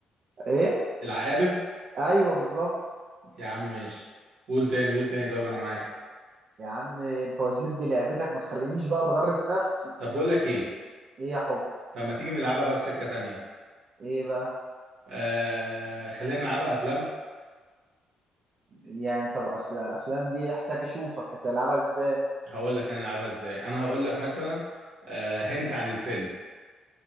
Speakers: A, on the right; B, on the right.
A: ايه
B: العقارب
A: ايوه بالظبط
B: يا عم ماشي قول تاني قول تاني طيب انا معاك
A: يا عم الفوازير دي لعبتك ما تخلينيش بقى اتغرف نفسي
B: طب بقول لك ايه
A: ايه يا حب
B: طب ما تيجي نلعبها بقى بسكة تانية
A: ايه بقى
B: آه خلينا نلعبها افلام
A: يعني طب اصل الافلام دي احتاج اشوفك هتلعبها ازاي
B: هقول لك انا نلعبها ازاي انا هقول لك مثلا آه هنت عن الفيلم